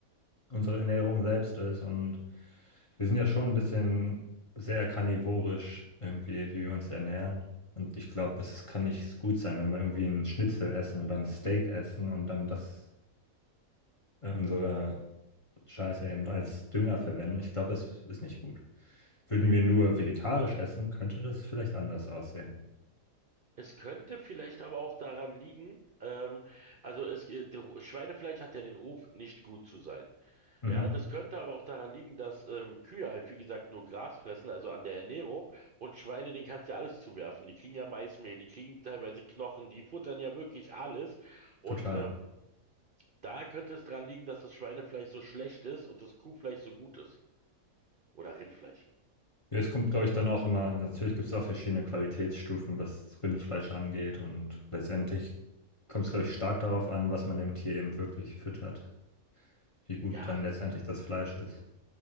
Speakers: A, on the left (about 25°); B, on the right (about 50°).
A: unsere Ernährung selbst ist und wir sind ja schon ein bisschen sehr karnivorisch irgendwie, wie wir uns ernähren. Und ich glaube, das kann nicht gut sein, wenn wir irgendwie einen Schnitzel essen oder ein Steak essen und dann das äh, unsere Scheiße eben als Dünger verwenden. Ich glaube, das ist nicht gut. Würden wir nur vegetarisch essen, könnte das vielleicht anders aussehen.
B: Es könnte vielleicht aber auch daran liegen, ähm, also es, geht- der Ru- Schweinefleisch hat ja den Ruf, nicht gut zu sein.
A: Mhm,
B: Ja, das könnte aber auch daran liegen, dass ähm, Kühe halt, wie gesagt, nur Gras fressen, also an der Ernährung. Und Schweine, denen kannst du ja alles zuwerfen. Die kriegen ja Maismehl, die kriegen teilweise Knochen, die futtern ja wirklich alles. Und
A: total.
B: ähm, da könnte es daran liegen, dass das Schweinefleisch so schlecht ist und das Kuhfleisch so gut ist. Oder Rindfleisch.
A: Ja, Es kommt, glaube ich, dann auch immer, natürlich gibt es auch verschiedene Qualitätsstufen, was Rindfleisch angeht und letztendlich kommt es, glaube ich, stark darauf an, was man dem Tier eben wirklich füttert, wie gut
B: Ja,
A: dann letztendlich das Fleisch ist.